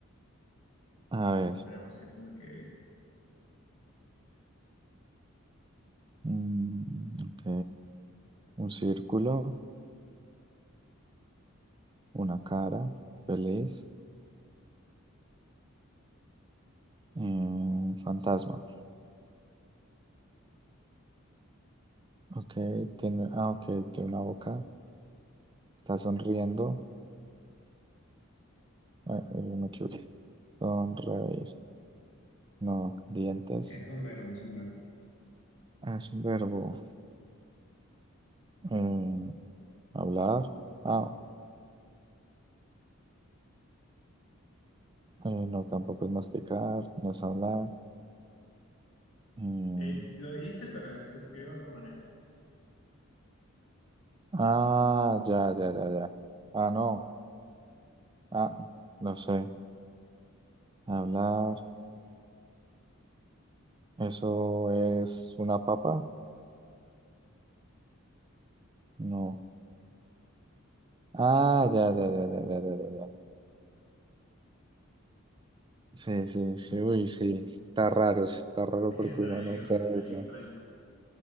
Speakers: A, on the right; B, on the left.
A: A ver.
B: esperemos que esto me quede.
A: mm, ok. Un círculo, una cara, feliz, eh, un fantasma. Ok, tiene, ah, ok, tiene una boca. Está sonriendo. Ah, eh, me equivoqué. Sonreír. No, dientes
B: Es un verbo, es un verbo.
A: ah, es un verbo. Eh, hablar. Ah, eh, no, tampoco es masticar, no es hablar. Eh,
B: Eh, lo dijiste, pero es- se escribe de otra manera.
A: ah, ya, ya, ya, ya. Ah, no. Ah, no sé. Hablar. ¿Eso es una papa? No. Ah, ya, ya, ya, ya, ya, ya, ya. ya. Sí, sí, sí. Uy, sí. Está raro, sí, está raro
B: <laughs> Está
A: porque uno
B: bien,
A: no usa
B: está
A: eso.
B: bien extraño.